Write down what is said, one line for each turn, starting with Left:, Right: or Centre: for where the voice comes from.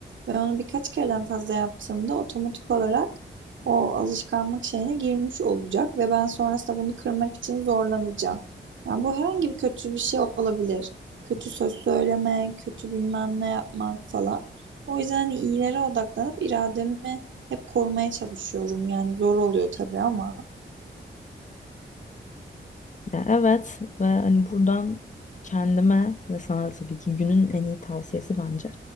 Right: ben onu birkaç kereden fazla yaptığımda otomatik olarak o alışkanlık şeyine girmiş olacak ve ben sonrasında bunu kırmak için zorlanacağım. Yani bu herhangi bir kötü bir şey olabilir. Kötü söz söylemek, kötü bilmem ne yapmak falan. O yüzden hani iyilere odaklanıp irademi hep korumaya çalışıyorum. Yani zor oluyor tabii ama.
Left: Ya evet ve hani buradan kendime ve sana da tabii ki günün en iyi tavsiyesi bence